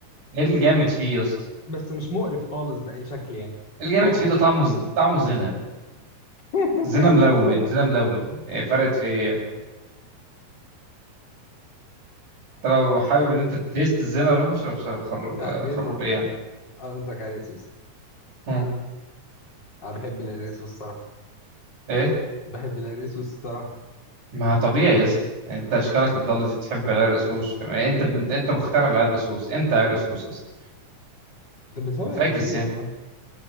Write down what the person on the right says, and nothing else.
ايه اللي جامد فيه يا اسطى
إيه اللي جامد
فيه ده طعمه ز- طعمه زنا
زنا ملون زنا ملون إيه فرقت في ايه انت لو حابب ان انت تيست الزنا روح اشرب خروب
خروب ايه
مم.
ايه
ما طبيعي يا اسطى يعني انت اشكالك الضاله دي تحب العرق سوس كمان انت انت انت مخترع العرق سوس انت عرق سوس يا اسطى
فاكس
يعني